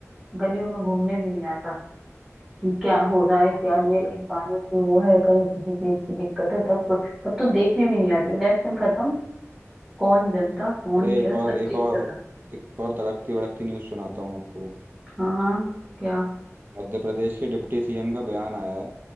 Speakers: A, in the centre; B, on the right.
A: गलियों में घूमने भी नहीं आता कि क्या हो रहा है क्या
B: बिल्कुल
A: नहीं है कहीं
B: बिल्कुल।
A: पानी की वो है कहीं किसी चीज की दिक्कत है तब तब तो देखने भी नहीं आते इलेक्शन खत्म कौन जनता कौन
B: अरे
A: क्या
B: एक
A: सब
B: और एक
A: चीज
B: और
A: खत्म
B: एक और तड़कती भड़कती न्यूज़ सुनाता हूँ आपको
A: हाँ हाँ क्या
B: मध्य प्रदेश के डिप्टी सीएम का बयान आया है